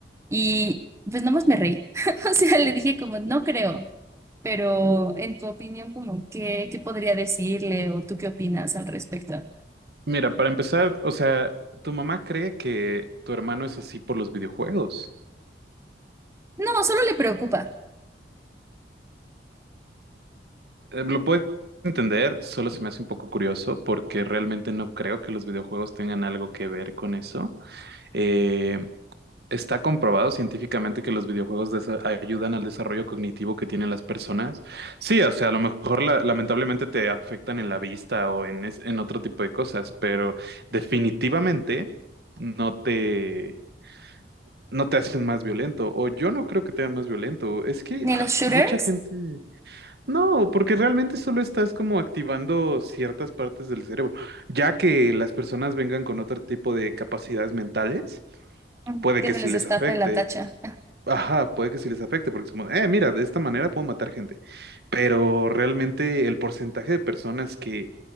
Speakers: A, on the right (about 15°); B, on the right (about 60°).
A: Y pues nomás me reí. <laughs> O sea, le dije como, no creo, pero en tu opinión, como, ¿qué, qué podría decirle o tú qué opinas al respecto?
B: Mira, para empezar, o sea, tu mamá cree que tu hermano es así por los videojuegos.
A: No, solo le preocupa.
B: Eh, Lo puedo entender, solo se me hace un poco curioso porque realmente no creo que los videojuegos tengan algo que ver con eso. Eh, está comprobado científicamente que los videojuegos desa- ayudan al desarrollo cognitivo que tienen las personas. Sí, o sea, a lo mejor la- lamentablemente te afectan en la vista o en, es- en otro tipo de cosas, pero definitivamente no te... no te hacen más violento, o yo no creo que te hagan más violento, es que
A: Ni
B: ah,
A: los shooters,
B: mucha gente, no, porque realmente solo estás como activando ciertas partes del cerebro, ya que las personas vengan con otro tipo de capacidades mentales,
A: Ujú.
B: puede
A: que
B: que
A: se
B: sí
A: les
B: les
A: destape
B: afecte,
A: la tacha.
B: ajá, puede que sí les afecte, porque es como, eh, mira, de esta manera puedo matar gente, pero realmente el porcentaje de personas que,